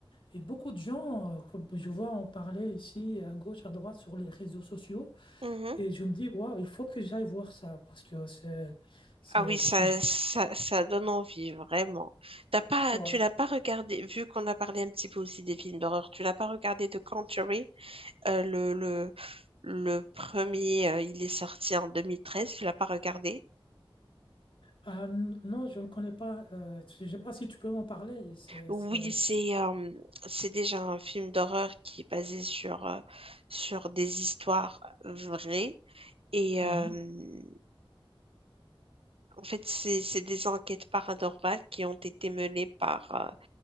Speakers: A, on the left (about 65°); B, on the right (about 90°).
A: Et beaucoup de gens, euh, comme je vois en parler ici à gauche, à droite sur les réseaux sociaux.
B: mhm.
A: Et je me dis, waouh, il faut que j'aille voir ça parce que c'est... c'est
B: Ah oui, ça,
A: c'est-
B: ça, ça donne envie, vraiment. T'as pas,
A: voilà.
B: tu l'as pas regardé, vu qu'on a parlé un petit peu aussi des films d'horreur, tu l'as pas regardé The Conjuring, Euh, le, le, le premier, euh, il est sorti en 2013, tu l'as pas regardé?
A: Ah, n- non, je ne le connais pas. Euh, je ne sais pas si tu peux m'en parler. C'est,
B: Oui,
A: ça...
B: c'est euh, c'est déjà un film d'horreur qui est basé sur, euh, sur des histoires vraies. Et
A: Mhm.
B: euh, en fait, c'est c'est des enquêtes paranormales qui ont été menées par, euh,